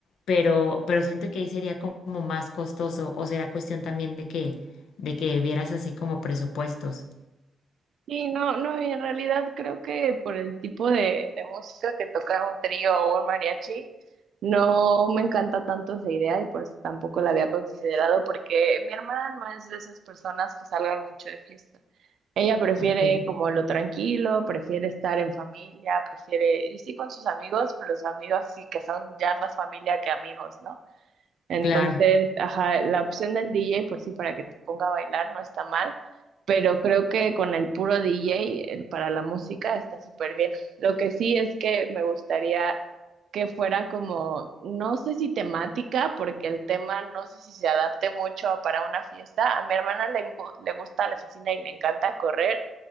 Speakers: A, on the left; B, on the right.
A: pero, pero siento que ahí sería co- como más costoso o será cuestión también de que, de que vieras así como presupuestos.
B: Sí, no, no, y en realidad creo que por el tipo de, de música que tocar un trío o un mariachi, no me encanta tanto esa idea y por eso tampoco la había considerado, porque mi hermana no es de esas personas que salgan mucho de fiesta. Ella prefiere
A: Ok,
B: como lo tranquilo, prefiere estar en familia, prefiere, y sí con sus amigos, pero sus amigos sí que son ya más familia que amigos, ¿no? Entonces,
A: claro.
B: ajá, la opción del DJ, pues sí, para que te ponga a bailar no está mal, pero creo que con el puro DJ, el para la música, está súper bien. Lo que sí es que me gustaría que fuera como, no sé si temática, porque el tema no sé si se adapte mucho para una fiesta. A mi hermana le, engu- le gusta, le fascina y le encanta correr,